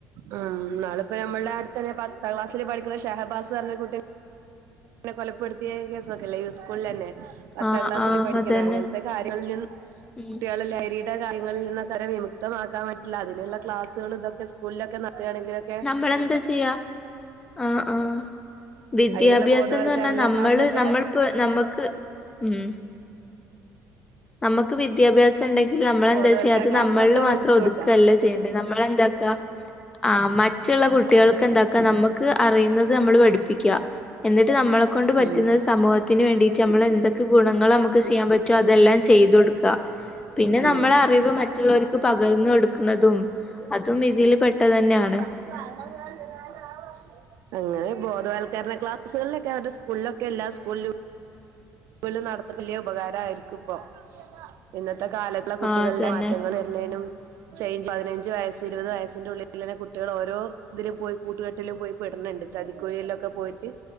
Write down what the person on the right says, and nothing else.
ഉം നാള്പ്പൊ ഞമ്മൾടെ അടുത്തന്നെ പത്താം ക്ലാസിൽ പഠിക്കുന്ന ഷഹബാസ് പർഞ്ഞ കുട്ടി നെ കൊലപ്പെടുത്തിയ കേസൊക്കെല്ലേ ഈ സ്കൂളിലന്നെ പത്താം
ക്ലാസ്സിൽ
പഠിക്ക്ണെ,
അങ്ങൻത്തെ കാര്യങ്ങളിൽ നിന്നും
കുട്ട്യാള് ലഹരി ടെ കാര്യങ്ങളിൽ നിന്നൊക്കവരെ വിമുക്തമാക്കാൻ പറ്റില്ല അതിനുള്ള ക്ലാസുകൾതൊക്കെ സ്കൂളിലൊക്കെ നടത്തുകയാണെങ്കിലൊക്
അതിനുള്ള ബോധവൽക്കരണ
ക്ലാസ്സൊക്കെ
ബോധവൽക്കരണ
ക്ലാസ്സുകളൊക്കെ
അവർ
എടുത്ത്
കൊടുക്ക
ഉം
ഉം
അ വേണ്ട ആ <unintelligible> അങ്ങനെ ബോധവത്ൽക്കരണ ക്ലാസുകളിലക്കെ അവരെ സ്കൂളിലൊക്കെ എല്ലാ സ്കൂളിലും സ്കുളിൽ നടതുന്നത് വലിയ ഉപകാരമായിരിക്കും ഇപ്പോ, ഇന്നത്തെ കാലത്തെ കുട്ടികളുടെ
മാറ്റങ്ങൾ ന്നേനും ചേഞ്ച് പതിനഞ്ച് വയസ്സ് ഇരുപത് വയസ്സിന്റെ ഉള്ളിൽ തന്നെ കുട്ടികൾ ഓരോ ഇതിലും പോയി കൂട്ടുകെട്ടിലും പോയി പെടുന്നുണ്ട്. ചതിക്കുഴിയിലൊക്കെ പോയിട്ട്